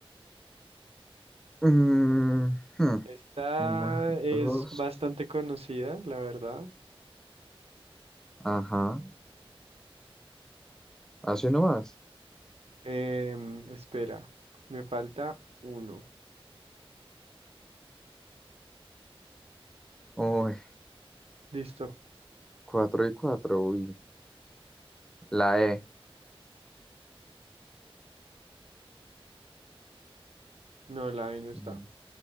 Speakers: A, in the centre; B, on the right (about 85°).
A: Mm, hmm.
B: Esta
A: Una,
B: es
A: dos,
B: bastante conocida, la verdad.
A: ajá. Así nomás.
B: Em, espera, me falta uno.
A: Uy,
B: Listo.
A: cuatro y cuatro, uy. La E.
B: No, la E no está.
A: Mm,